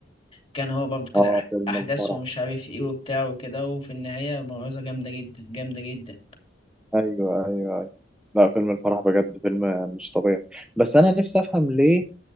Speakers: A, on the left; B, in the centre.
A: كان هو برضو كده
B: آه
A: أح-
B: فيلم
A: أحداث
B: الفرح
A: ومش عارف إيه وبتاع وكده وفي النهاية موعظة جامدة جدا جامدة جدا
B: أيوه أيوه أيوه لا فيلم الفرح بجد فيلم مش طبيعي بس أنا نفسي أفهم ليه